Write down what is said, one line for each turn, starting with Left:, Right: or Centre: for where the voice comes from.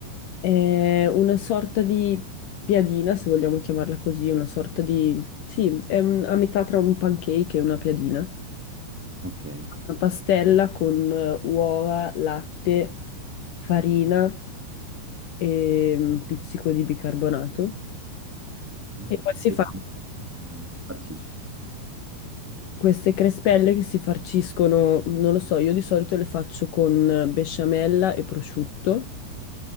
Left: È una sorta di piadina, se vogliamo chiamarla così, una sorta di... Sì, è un- a metà tra un pancake e una piadina.
Centre: Ok.
Left: Una pastella con eh, uova, latte, farina e un pizzico di bicarbonato.
Centre: Mm.
Left: E poi si
Centre: E
Left: fa
Centre: come mm, si farcisce?
Left: queste crespelle che si farciscono, non lo so, io di solito le faccio con besciamella e prosciutto,